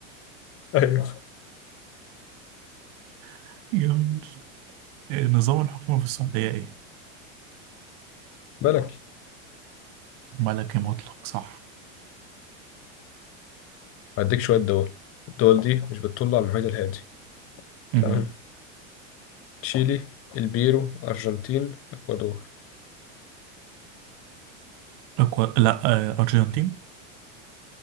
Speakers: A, on the left (about 35°); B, on the right (about 50°).
A: ايوه
B: <laughs> جميل آه، نظام الحكم في السعودية ايه؟
A: ملكي
B: ملكي مطلق صح
A: هديك شويه دول الدول دي مش بتطل على المحيط الهادي
B: مهم.
A: تمام تشيلي البيرو ارجنتين اكوادور
B: أكبر لا آه، أرجنتين